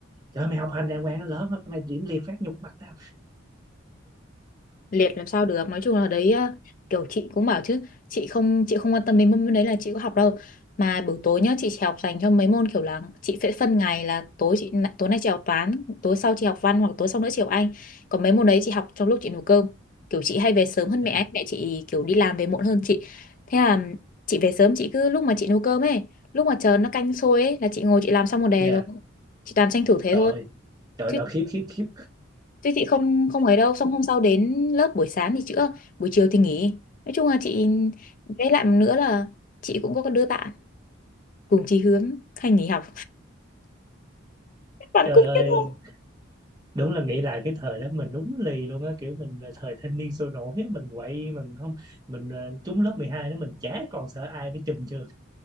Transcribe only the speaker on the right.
trời ơi, mày học hành đàng hoàng nó lớn mà mày điểm liệt phát nhục mặt tao
dạ
dạ
trời
ơi, trời
ơi khiếp khiếp khiếp
trời
ơi
đúng là nghĩ lại cái thời đó mình đúng lì luôn á kiểu mình là thời thanh niên sôi nổi á, mình quậy mình không mình ờ, trúng lớp 12 đó mình chả còn sợ ai nữa chùm trường